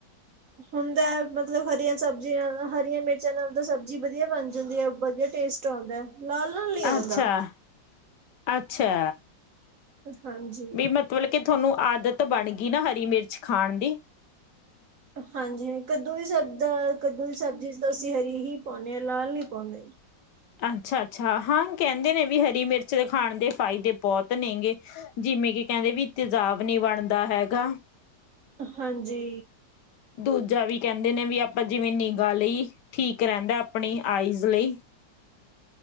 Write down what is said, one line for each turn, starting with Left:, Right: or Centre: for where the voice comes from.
Right: ਹੁੰਦਾ ਮਤਲਬ ਹਰੀਆਂ ਸਬਜ਼ੀਆਂ ਨਾਲ ਹਰੀਆਂ ਮਿਰਚਾਂ ਨਾਲ ਤਾਂ ਸਬਜ਼ੀ ਵਧੀਆ ਬਣ ਜਾਂਦੀ ਹੈ ਵਧੀਆ ਟੇਸਟ ਆਉਂਦਾ ਲਾਲ ਨਹੀਂ ਆਉਂਦਾ
Left: ਅੱਛਾ ਅੱਛਾ
Right: ਹਾਂਜੀ।
Left: ਵੀ ਮਤਲਬ ਕਿ ਤੁਹਾਨੂੰ ਆਦਤ ਬਣ ਗਈ ਨਾ ਹਰੀ ਮਿਰਚ ਖਾਣ ਦੀ।
Right: ਹਾਂਜੀ ਕੱਦੋਂ ਵੀ ਸਬਜ਼ੀ ਕੱਦੂ ਦੀ ਸਬਜ਼ੀ ਚ ਤਾਂ ਅਸੀਂ ਹਰੀ ਹੀ ਪਾਉਂਦੇ ਹਾਂ ਲਾਲ ਨਹੀਂ ਪਾਉਂਦੇ
Left: ਅੱਛਾ ਅੱਛਾ ਹਾਂ ਕਹਿੰਦੇ ਨੇ ਵੀ ਹਰੀ ਮਿਰਚ ਖਾਣ ਦੇ ਫਾਇਦੇ ਬਹੁਤ ਨੇ ਗੇ ਜਿਵੇਂ ਕਿ ਕਹਿੰਦੇ ਵੀ ਤੇਜਾਬ ਨੀ ਬਣਦਾ ਹੈਗਾ
Right: ਹਾਂਜੀ
Left: ਦੂਜਾ ਵੀ ਕਹਿੰਦੇ ਨੇ ਵੀ ਆਪਾਂ ਜਿਵੇਂ ਨਿਗਾ ਲਈ ਠੀਕ ਰਹਿੰਦਾ ਆਪਣੀ ਆਈਜ਼ ਬ ਲਈ <unintelligible>